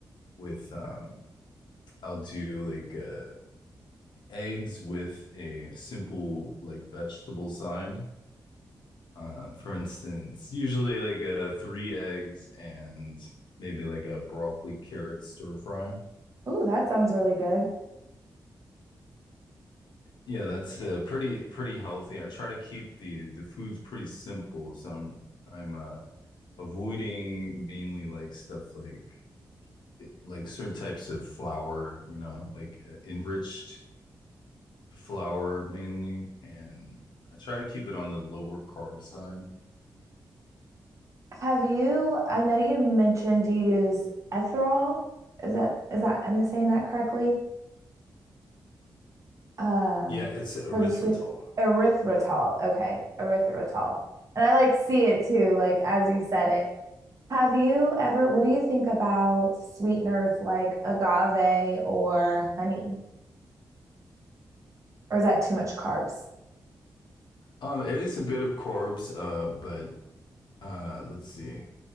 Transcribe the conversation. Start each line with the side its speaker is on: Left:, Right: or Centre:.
Left: with um I'll do like uh eggs with a simple like vegetable side uh, for instance, usually like uh, three eggs and maybe like a broccoli carrot stir fry.
Right: Ooh, that sounds really good.
Left: Yeah, that's uh, pretty pretty healthy. I try to keep the the foods pretty simple, so I'm I'm uh, avoiding mainly like stuff like like certain types of flour, you know, like uh, enriched flour mainly, and I try to keep it on the lower carb side.
Right: Have you, I know you mentioned you use ethyl. Is that, is that, am I saying that correctly? Um,
Left: Yeah, it's erythritol.
Right: for the sweet erythritol. Okay. Erythritol. And I like see it too, like as you said it. Have you ever, what do you think about sweeteners like agave or honey? Or is that too much carbs?
Left: Um, it is a bit of carbs, uh, but Uh, let's see.